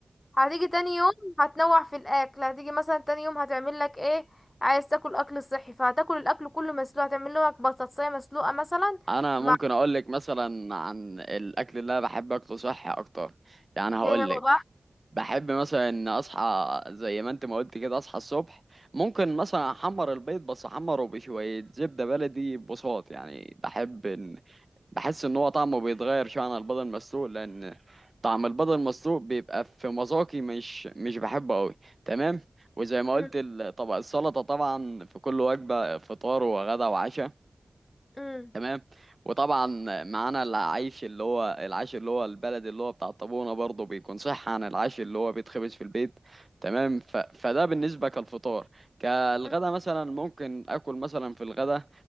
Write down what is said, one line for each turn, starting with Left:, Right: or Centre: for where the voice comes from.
Left: هتيجي تاني يوم هتنوع في الاكل هتيجي مثلا تاني يوم هتعمل لك ايه عايز تاكل اكل صحي فهتاكل الاكل كله مسلوق هتعمل لك بطاطسية مسلوقة مثلا
Right: انا
Left: مع
Right: ممكن اقول لك مثلا عن الاكل اللي انا بحب اكله صحي اكتر يعني هقول
Left: ايه هو
Right: لك
Left: بقى
Right: بحب مثلا ان اصحى زي ما انت ما قلت كده اصحى الصبح ممكن مثلا احمر البيض بس احمره بشويه زبده بلدي بساط يعني بحب ان بحس ان هو طعمه بيتغير شويه عن البيض المسلوق لان طعم البيض المسلوق بيبقى في مذاقي مش مش بحبه قوي تمام وزي ما
Left: مم،
Right: قلت ال- طبق السلطه طبعا في كل وجبه فطار وغدا وعشاء
Left: مم،
Right: تمام وطبعا معانا العيش اللي هو العيش اللي هو البلد اللي هو بتاع الطابونة برضه بيكون صح عن العيش اللي هو بيتخبز في البيت تمام ف... فده بالنسبة كالفطار كالغدا
Left: مم.
Right: مثلا ممكن اكل مثلا في الغدا